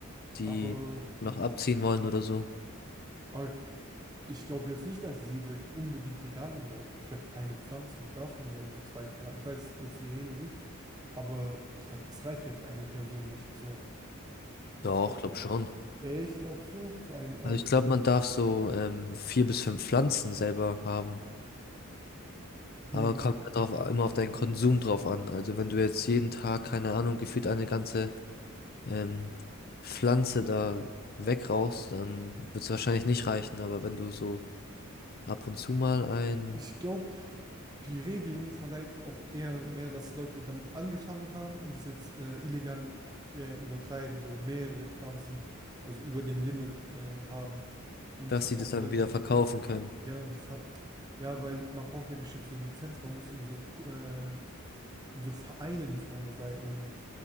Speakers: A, on the left; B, on the right.
A: die
B: Aber
A: noch abziehen wollen oder so.
B: Aber ich glaube jetzt nicht, dass sie da unbedingt legal anbaut. Vielleicht eine Pflanze darf man ja oder zwei, keine Ahnung. Ich weiß jetzt die Regeln nicht, aber ich glaube, das reicht ja für eine Person nicht. So,
A: Doch,
B: ich glaube,
A: glaub schon.
B: ich glaube so, so eine Ernte.
A: Also ich glaube, man darf so ähm, vier bis fünf Pflanzen selber haben.
B: Hm.
A: Aber kommt ja drauf, immer auf deinen Konsum drauf an. Also wenn du jetzt jeden Tag, keine Ahnung, gefühlt eine ganze ähm, Pflanze da wegrauchst, dann wird es wahrscheinlich nicht reichen. Aber wenn du so ab und zu mal ein,
B: Ich glaube, die Regelungen verleiten auch eher mehr, dass Leute damit angefangen haben und es jetzt äh, illegal äh, übertreiben, so mehrere Pflanzen, also über dem Limit äh, haben. und
A: dass
B: es dann
A: sie
B: auch
A: das dann
B: selber
A: wieder
B: verkaufen
A: verkaufen können.
B: Ja, die Ver ja, weil man braucht ja bestimmt so Lizenz, man muss in so Ku- äh, in so Vereinen muss man ja sein, um